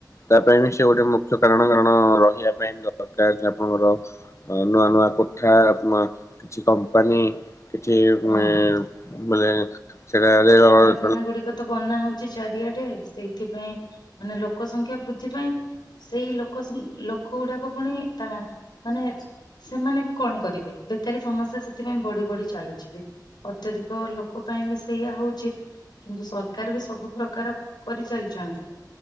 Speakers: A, on the left; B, on the left.
A: ତା ପାଇଁ ବି ସେ ଗୋଟେ ମୁଖ୍ୟ କାରଣ କାରଣ ରହିବା ପାଇଁ ବି ଦରକାର ଆପଣଙ୍କର ନୂଆ ନୂଆ କୋଠା ମା କିଛି କମ୍ପାନୀ କିଛି ଉ
B: ହଁ।
A: ବେଲେ ସେଟାରେ ରହି
B: ଖାନା ଗୁଡିକ ତ ବନା ହଉଛି। ଚାରିଆଡେ ସେଇଥିପାଇଁ ମାନେ ଲୋକ ସଂଖ୍ୟା ବୃଦ୍ଧି ପାଇଁ ସେଇ ଲୋକ ସେ ଲୋକ ଗୁଡାକ ପୁଣି ତା ମାନେ ସେମାନେ ବି କଣ କରିବେ ବେକାରୀ ସମସ୍ୟା ସେଥିପାଇଁ ବଢି ବଢି ଚାଲୁଛି ବି ଅତ୍ୟଧିକ ଲୋକ ପାଇଁ ବି ସେଇଆ ହଉ। କିନ୍ତୁ ସରକାର ବି ସବୁ ପ୍ରକାର କରିଚାଲିଛନ୍ତି।